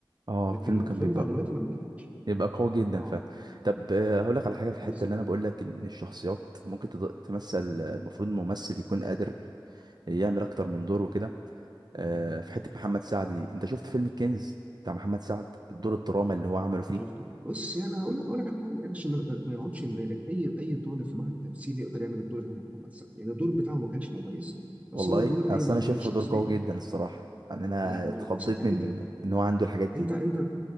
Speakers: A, on the right; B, on the right.
A: اه
B: لكن
A: الفيلم
B: الافلام
A: كان بيبقى
B: بتاع دلوقتي ما بتضحكش
A: يبقى قوي جدا
B: اه
A: ف طب آه، هقول لك على حاجه في الحته
B: بالظبط
A: اللي انا بقول لك ان الشخصيات ممكن تض- تمثل آه، المفروض الممثل يكون قادر يعمل اكتر من دور وكده آه، في حته محمد سعد دي انت شفت فيلم الكنز بتاع محمد سعد الدور الدراما اللي هو عمله فيه
B: شفته بص يعني هقول هقول لك على حاجه يعني عشان ما ما- ما نقعدش نبالغ اي اي طالب في معهد تمثيل يقدر يعمل الدور اللي عمله محمد سعد يعني الدور بتاعه ما كانش مميز بس
A: والله
B: هو دور قايم
A: اصل
B: على
A: انا شايفه
B: ايه شخصيه
A: دور قوي جدا الصراحه يعني انا
B: لا هقول
A: اتخضيت
B: لك اصل انت
A: من
B: انت
A: ان هو عنده الحاجات دي
B: انت انت